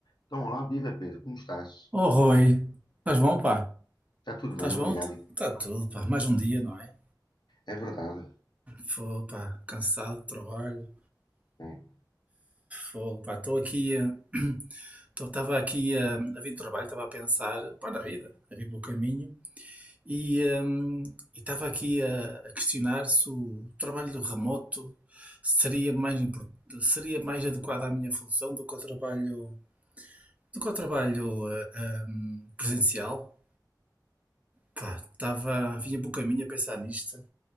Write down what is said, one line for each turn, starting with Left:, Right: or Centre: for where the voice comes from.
Left: Então, olá, viva Pedro, como estás?
Right: Oh, Rui, estás bom, pá?
Left: Está tudo
Right: Estás
Left: bem, obrigado.
Right: bom? Está tudo, pá. Mais um dia, não é?
Left: É verdade.
Right: Fogo, pá. Cansado do trabalho.
Left: É,
Right: Fogo, pá. Estou aqui a... Estava aqui a, a vir do trabalho, estava a pensar, pá, na vida, a vir pelo caminho. E hum, estava aqui a, a questionar se o trabalho do remoto seria mais, impor- seria mais adequado à minha função do que o trabalho, do que o trabalho eh, hum, presencial. Pá, estava, vinha pelo caminho a pensar nisto.